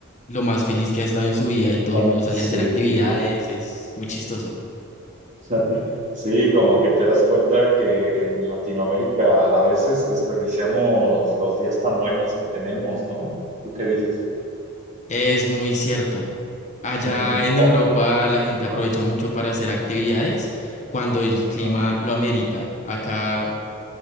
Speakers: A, on the left (about 35°); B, on the right (about 35°).
A: lo más feliz que ha estado en su vida
B: <laughs>
A: y todo el mundo sale
B: Sí,
A: a hacer actividades,
B: sí, sí.
A: es muy chistoso.
B: <laughs> Sí, como que te das cuenta que en Latinoamérica a veces desperdiciamos los días tan buenos que tenemos, ¿no? ¿Tú qué dices?
A: Es muy cierto.
B: <laughs>
A: Allá en
B: Oh,
A: Europa la gente aprovecha
B: ah,
A: mucho para hacer actividades cuando el
B: ah.
A: clima
B: ah.
A: lo amerita. Acá